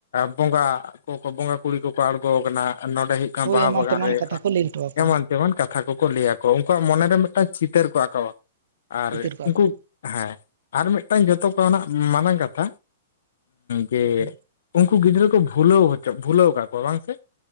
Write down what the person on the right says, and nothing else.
ᱦᱳᱭ
ᱮᱢᱟᱱ
ᱛᱮᱢᱟᱱ
ᱠᱟᱛᱷᱟ ᱠᱚ ᱞᱟᱹᱭ ᱦᱚᱴᱚ ᱟᱠᱚᱣᱟ
ᱛᱤᱛᱤᱨ ᱠᱚᱣᱟ
ᱠᱚ
ᱦᱳᱭ